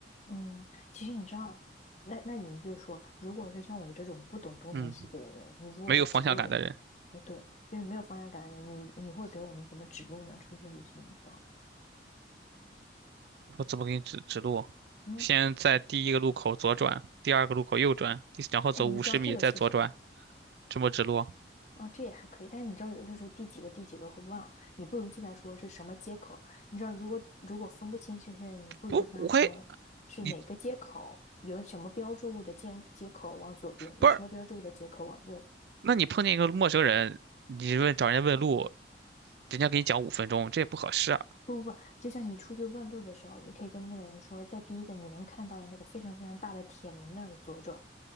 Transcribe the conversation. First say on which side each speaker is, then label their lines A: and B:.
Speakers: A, on the left; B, on the right.
A: 嗯，其实你知道，那那你就说，如果是像我这种不懂东南西北的人，
B: 嗯，
A: 你如果要指路的话，
B: 没有方向感的人。
A: 那对，就是没有方向感的人，你你会给我们怎么指路呢？出去旅行的时候，
B: 我怎么给你指指路？
A: 嗯，
B: 先在第一个路口左转，第二个路口右转，第然后走五十米再左转，
A: 哎，你知道这个其实。
B: 这么指路？
A: 哦，这也还可以，但是你知道，有些时候第几个第几个会忘，你不如就来说是什么接口。你知道，如果如果分不清这些人，你不如就跟他说是哪个接口，
B: 不，我会你
A: 有什么标志物的接接口往左边，有什么标志物的接口往右。
B: 不是？那你碰见一个陌生人，你问找人家问路，人家给你讲五分钟，这也不合适啊。
A: 不不不，就像你出去问路的时候，你可以跟那个人说，在第一个你能看到的那个非常非常大的铁门那儿左转，